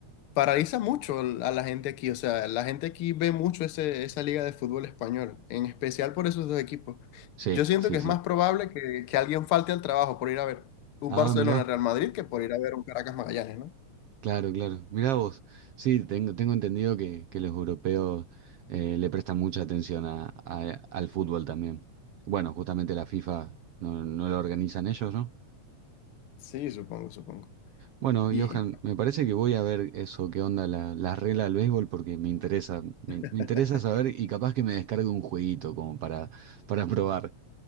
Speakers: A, on the left; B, on the right.
A: Paraliza mucho l- a la gente aquí. O sea, la gente aquí ve mucho ese, esa liga de fútbol español, en especial por esos dos equipos.
B: Sí,
A: Yo siento
B: sí,
A: que es
B: sí.
A: más probable que, que alguien falte al trabajo por ir a ver un
B: Ah,
A: Barcelona-Real
B: mirá.
A: Madrid que por ir a ver un Caracas-Magallanes, ¿no?
B: Claro, claro. Mirá vos. Sí, tengo, tengo entendido que, que los europeos eh, le prestan mucha atención a, a- al fútbol también. Bueno, justamente la FIFA no, no lo organizan ellos, ¿no?
A: Sí, supongo, supongo.
B: Bueno,
A: Y...
B: Johan, me parece que voy a ver eso, qué onda la, la regla del béisbol, porque me interesa, me,
A: <laughs>
B: me interesa saber y capaz que me descargue un jueguito como para, para probar.